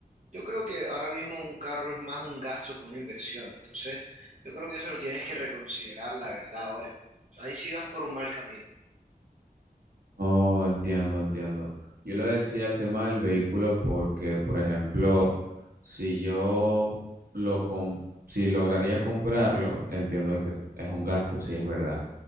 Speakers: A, on the right (about 45°); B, on the right (about 65°).
A: yo creo que ahora mismo un carro es más un gasto que una inversión. Entonces, yo creo que eso lo tienes que reconsiderar, la verdad, ahora Ahí sí vas por un mal camino.
B: Oh, entiendo, entiendo. Yo lo decía el tema del vehículo porque, por ejemplo, si yo lo com- si lograría comprarlo, entiendo que es un gasto, sí es verdad.